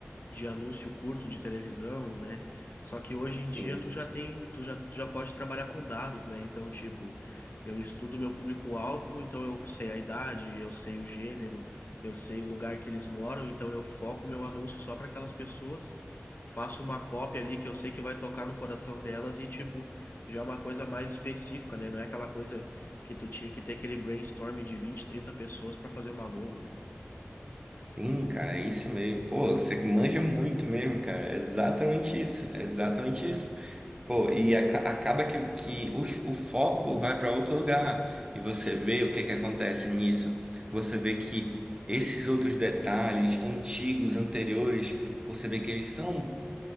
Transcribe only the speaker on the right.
Sim,
sim, cara, é isso mesmo. Pô, você manja muito mesmo, cara. É exatamente isso, é exatamente isso. Pô, e aca- acaba que, que os- o, foco vai para outro lugar. E você vê o que que acontece nisso. Você vê que esses outros detalhes antigos, anteriores, você vê que eles são